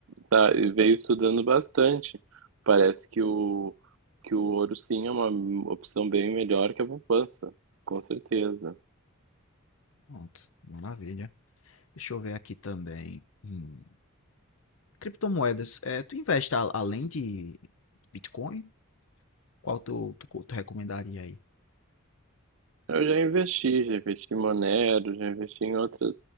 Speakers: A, on the right; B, on the left.
A: tá, veio estudando bastante. Parece que o, que o ouro sim é uma opção bem melhor que a poupança, com certeza.
B: Pronto, maravilha. Deixa eu ver aqui também. Hum, Criptomoedas, é, tu investe a- além de Bitcoin? Qual tu, tu, tu recomendaria aí?
A: Eu já investi, já investi em Monero, já investi em outras,